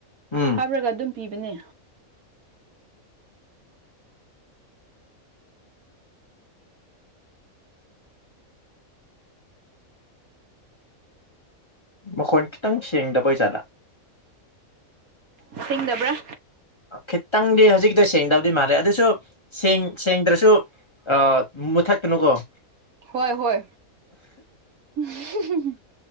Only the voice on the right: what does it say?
ꯍꯥꯞꯔꯒ ꯑꯗꯨꯝ ꯄꯤꯕꯅꯦ
ꯊꯁꯤꯡꯗꯕ꯭ꯔꯥ
ꯍꯣꯏ ꯍꯣꯏ <unintelligible>